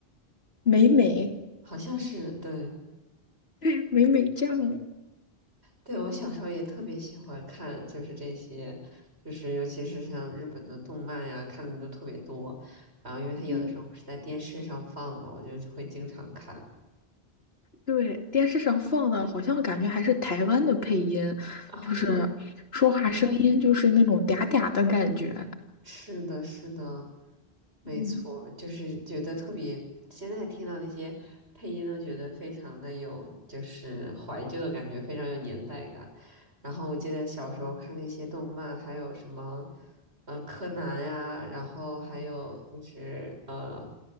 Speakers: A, on the left; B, on the right.
A: 美美，
B: 好像是对。
A: <laughs> 美美酱，
B: 对，我小时候也特别喜欢看，就是这些，就是尤其是像日本的动漫呀，看的就特别多。然后，因为它有的时候不是在电视上放嘛，
A: 嗯，
B: 我就会经常看。
A: 对，电视上放的，好像感觉还是台湾的配音，
B: 啊、
A: 就是说话声音就是那种嗲嗲的感觉，
B: 对对，是的，是的，没错，
A: 嗯，
B: 就是觉得特别，现在听到那些配音都觉得非常的有，就是怀旧的感觉，非常有年代感。然后我记得小时候看那些动漫，还有什么，呃，柯南呀、然后还有就是呃